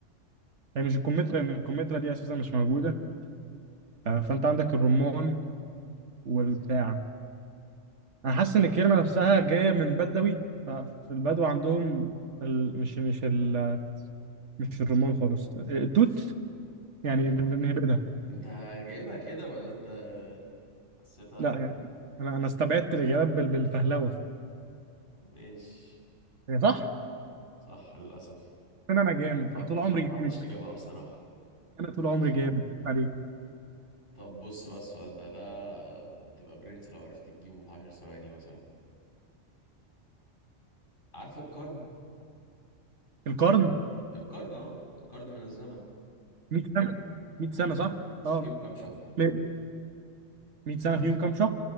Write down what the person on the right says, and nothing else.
هي مش الكمثرى لأن الكمثرى دي أساسا مش موجودة آه، فأنت عندك الرمان والبتاع أنا حاسس إن الكلمة نفسها جاية من بدوي ففي البدو عندهم ال... مش مش ال... مش الرمان خالص آه، التوت يعني بنهبدها
لا يعني أنا أنا استبعدت الإجابات بال... بالفهلوة
هي صح؟
انا انا جامد
انا طول عمري
جامد
انا طول
عمري جامد عليك
القرن
100 سنه 100
سنه صح
اه
100 سنه فيهم كام شهر